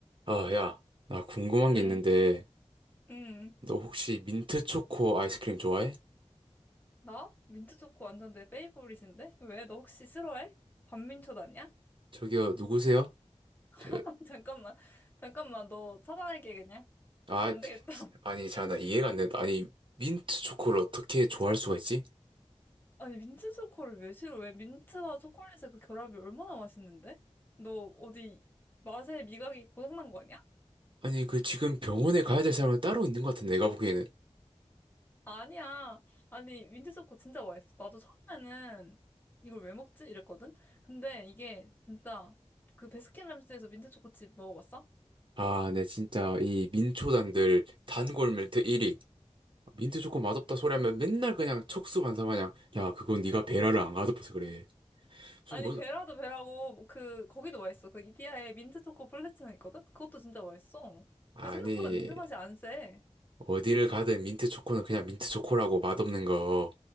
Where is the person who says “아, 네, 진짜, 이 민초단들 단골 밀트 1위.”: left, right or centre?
Right